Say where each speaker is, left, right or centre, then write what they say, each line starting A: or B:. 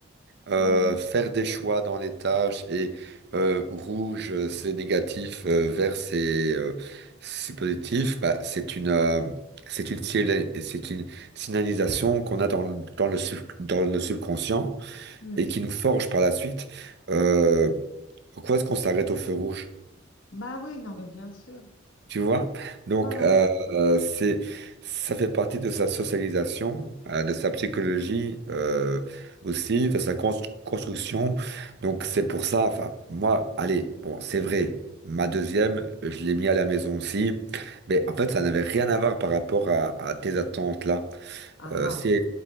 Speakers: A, on the right; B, on the left.
A: euh,
B: hmm,
A: faire des choix dans les tâches et euh, rouge euh, c'est négatif, euh, vert c'est euh, c'est positif, bah, c'est une euh, c'est une signal- c'est une signalisation qu'on a dans le, dans le sub- dans le subconscient
B: hmm.
A: et qui nous forge par la suite. Euh, pourquoi est-ce qu'on s'arrête au feu rouge?
B: Bah oui, non, mais bien sûr.
A: Tu vois? Donc,
B: Ouais, ouais.
A: euh, euh, c'est, ça fait partie de sa socialisation, euh, de sa psychologie euh, aussi, de sa constru construction. Donc, c'est pour ça, enfin, moi, allez, bon, c'est vrai, ma deuxième, je l'ai mis à la maison aussi, mais en fait, ça n'avait rien à voir par rapport à, à tes attentes là.
B: Ah,
A: Euh,
B: ah.
A: si,